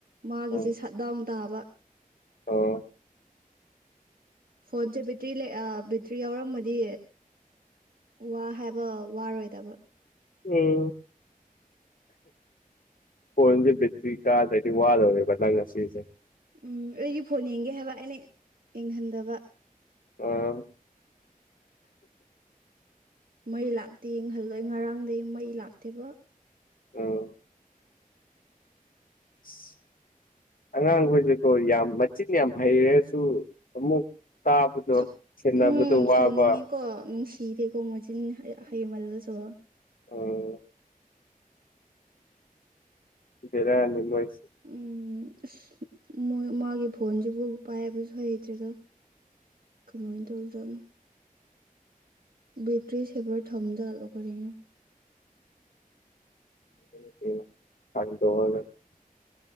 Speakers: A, on the right (about 80°); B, on the left (about 70°).
A: ꯃꯥꯒꯤꯁꯦ
B: ꯑꯣ
A: ꯁꯠ ꯗꯥꯎꯟ ꯇꯥꯕ
B: ꯑꯣ
A: ꯐꯣꯟꯁꯦ ꯕꯦꯇ꯭ꯔꯤ ꯂꯩ ꯕꯦꯇ꯭ꯔꯤ ꯌꯥꯎꯔꯝꯃꯗꯤ ꯋꯥ ꯍꯥꯏꯕ ꯋꯥꯔꯣꯏꯗꯕ
B: ꯎꯝ ꯀꯟꯗꯤ ꯇꯔꯤ ꯀꯥ ꯇ ꯋꯥꯗ ꯑꯣꯏꯧꯦꯕ ꯅꯥꯡ ꯉꯁꯤꯁꯦ
A: ꯎꯝ ꯑꯩꯒꯤ ꯐꯣꯟ ꯌꯦꯡꯒꯦ ꯍꯥꯏꯕ ꯑꯩꯅ ꯌꯦꯡꯍꯟꯗꯕ
B: ꯑꯝ
A: ꯃꯩ ꯂꯥꯛꯇꯦꯍꯜꯂꯣꯏ ꯉꯔꯥꯡꯗꯒꯤꯩ ꯃꯩ ꯂꯥꯛꯇꯦꯕ
B: ꯑꯥ <inaudible> ꯑꯉꯥꯡꯈꯣꯏꯁꯦꯀꯣ ꯌꯥꯝ ꯃꯆꯤꯟ ꯌꯥꯝ ꯍꯩꯔꯁꯨ ꯑꯃꯨꯛ ꯇꯥꯕꯗꯣ
A: ꯁꯥꯎ
B: ꯁꯦꯟꯅꯕꯗꯣ
A: ꯎꯝ
B: ꯋꯥꯕ
A: ꯁꯥꯎꯅꯤꯡꯉꯦꯀꯣ ꯅꯨꯡꯁꯤꯗꯦꯀꯣ ꯃꯥꯆꯤꯟ ꯍꯩꯃꯜꯂꯁꯨ
B: ꯑꯣ ꯕꯔꯅꯤ ꯃꯣꯏꯁꯤ
A: ꯎꯝ ꯑꯁ ꯃꯣꯏ ꯃꯥꯒꯤ ꯐꯣꯟꯁꯤꯕꯨ ꯄꯥꯏꯕꯁꯨ ꯍꯩꯇ꯭ꯔꯦꯗ ꯀꯃꯥꯏꯅ ꯇꯧꯖꯅꯣ ꯕꯦꯇ꯭ꯔꯤ ꯁꯦꯚꯔ ꯊꯝꯖꯥꯠꯂꯣ ꯀꯔꯤꯅꯣ
B: <unintelligible>